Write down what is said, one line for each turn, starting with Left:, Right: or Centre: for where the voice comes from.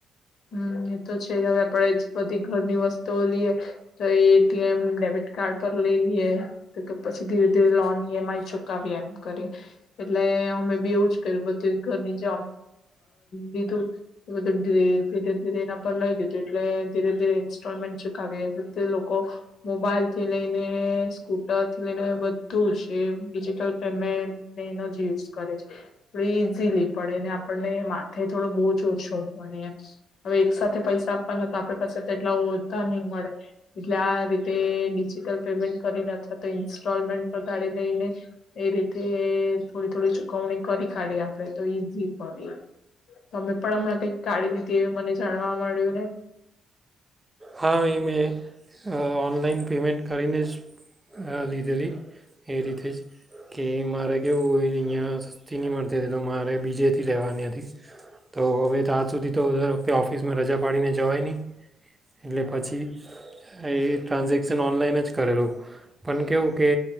Left: હમ એ તો છે હવે આપડે જ બધી ઘરની વસ્તુઓ લઈએ તો એટીએમ ડેબિટ કાર્ડ પર લઈ લઈએ તો કે પછી ધીરે ધીરે લોન ઈ એમ આઈ ચુકાવીએ એમ કરીએ એટલે અમે બી એવું જ કર્યું બધું ઘરની જે લીધું બધું ધીરે ધીરે એના પર લઈ દીધું એટલે ધીરે ધીરે ઇન્સ્ટોલમેન્ટ ચુકાવી એ લોકો મોબાઈલ થી લઈને, સ્કૂટર થી લઈને, બધું જ એ ડિજિટલ પેમેન્ટને એનો જ યુઝ કરે છે થ ઈઝીલી પડે આપણને માથે થોડો બહુ જ ઓછો પડે હવે એક સાથે પૈસા આપવાના તો આપે પાસેટલા ઓધા નહી મળે એટલે આ રીતે ડિજિટલ પેમેન્ટ કરીને અથવા તો ઇન્સ્ટોલમેન્ટ પર કાઢી લઈને એ રીતે થોડી થોડી ચુકવણી કરી કાઢી આપણે તો ઈઝી પણ તમે પણ હમણાં કઈક કાઢી લીધી તે મને જાણવા મળ્યું ને
Right: હા એ મે ઓનલાઈન પેમમેન્ટ કરીને જ લીધેલી એ રીતે જ કે મારે કેવું હોય અહીંયા સસ્તી નહીં મળતી હતી તો મારે બીજેથી લેવાની હતી તો હવે ત્યાં સુધી તો દર વખતે ઓફિસમાં રજા પાડીને જવાય નહીં એટલે પછી એ ટ્રાન્ઝેક્શન ઓનલાઈન જ કરેલું પણ કેવું કે